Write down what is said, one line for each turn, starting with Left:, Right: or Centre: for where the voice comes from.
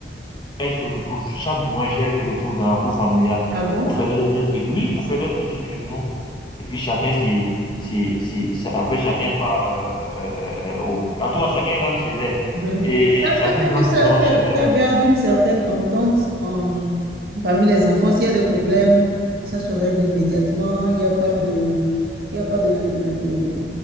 Left: elles se retrouvent, chaque dimanche, elles se retrouvent dans la cour familiale
Right: Ah bon?
Left: pour faire les, petites, oui, pour faire les petites réunions. Et puis chacun, c'est, c'est, c'est, ça- en fait, chacun part, euh, euh, euh, euh, euh, au, en tout cas, chacun rentre chez elle.
Right: Mhm.
Left: Et
Right: Ça,
Left: chacune
Right: ça fait que
Left: rentre,
Right: ça,
Left: disons,
Right: ça,
Left: chez elle.
Right: ça garde une certaine entente euh, parmi les enfants. S'il y a des problèmes, ça se règle immédiatement. Il n'y a pas de, il y a pas de, de, de,